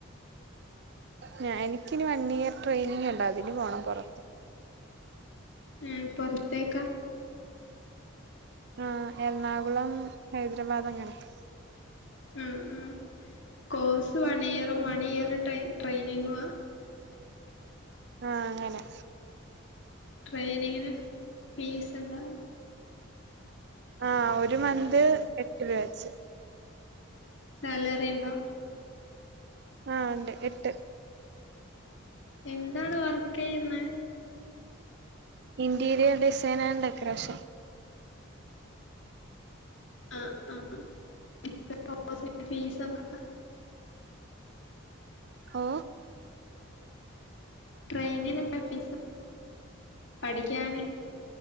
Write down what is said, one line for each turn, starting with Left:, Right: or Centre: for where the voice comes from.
Right: ഞ എനിക്കിന് വൺ ഇയർ ട്രെയിനിങ് ഉണ്ട അതിന് പോണം പൊറത്ത്
Left: ഉം പുറത്തേക്കാ
Right: ആഹ എറണാകുളം ഹൈദരാബാദ് അങ്ങനൊക്കെ
Left: ഉ ഉ കോഴ്സ് വൺ ഇയറും വൺ ഇയർ ട്രെയിനിങ്ങും ആ
Right: ആഹ അങ്ങനെ
Left: ട്രെയിനിങ്ങിന് ഫീസ എന്താ
Right: ആ ഒരു മന്ത് എട്ട് രൂപ വച്ച്
Left: സാലറി ഇണ്ടോ
Right: ആഹ ഉണ്ട് എട്ട്
Left: എന്താണ് വർക്ക് ചെയ്യുന്നെ
Right: ഇന്റീരിയർ ഡിസൈൻ ആൻഡ് ഡെക്കറേഷൻ
Left: ആ ആ <unintelligible> ഫീസ ഒക്കെ
Right: ഓ
Left: ട്രെയിനിനൊക്കെ ഫീസ് പഠിക്കാന്